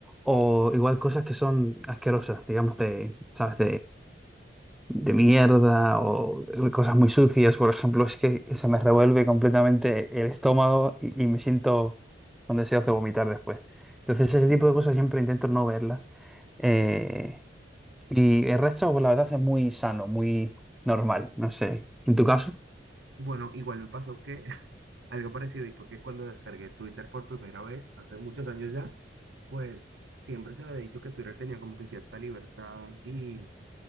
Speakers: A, in the centre; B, on the right (about 75°).
A: O igual cosas que son asquerosas, digamos, de, ¿sabes? de mierda o de cosas muy sucias, por ejemplo, es que se me revuelve completamente el estómago y, y me siento con deseos de vomitar después. Entonces,
B: Sí,
A: ese
B: claro.
A: tipo de cosas siempre intento no verlas. Eh, y el resto, pues la verdad, es muy sano, muy normal, no sé. ¿En tu caso?
B: Bueno, igual me pasó que Algo parecido, y fue que cuando descargué Twitter por primera vez, hace muchos años ya, pues siempre se me había dicho que Twitter tenía como que cierta libertad y